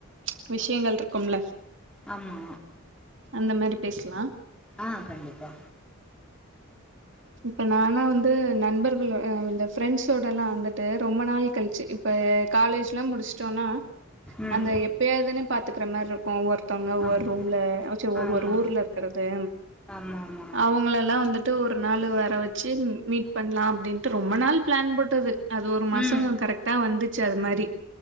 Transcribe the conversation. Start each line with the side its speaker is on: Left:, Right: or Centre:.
Right: ப்ச் விஷயங்கள் இருக்கும்ல்ல
Centre: ஆமா
Right: அந்த மாரி பேசலா
Centre: ஆ கண்டிப்பா
Right: இப்ப நானானு வந்து நண்பர்களோ இந்த ஃப்ரெண்ட்ஸோட எல்லா வந்துட்டு ரொம்ப நாள் கழிச்சு இப்ப காலேஜ் எல்லா முடிச்சுட்டோனா
Centre: ம்
Right: அந்த எப்பயாதுன்னே பாத்து க்கிற மாரிருக்கு ஒர் தவ்ங்க
Centre: ஆமா
Right: ஒரு ரூம்ல ச்சே ஒவ்வொரு
Centre: ஆமா
Right: ஊர்ல இருக்கிறது
Centre: ஆமா ஆமா
Right: அவங்கள எல்லா வந்துட்டு ஒரு நாள்லு வர வெச்சு மீட் பண்லா அப்டின்ட்டு ரொம்ப நாள் பிளான் போட்டது அது ஒரு மாசோ
Centre: ம்
Right: கரெக்டா வந்துச்சு அது மாரி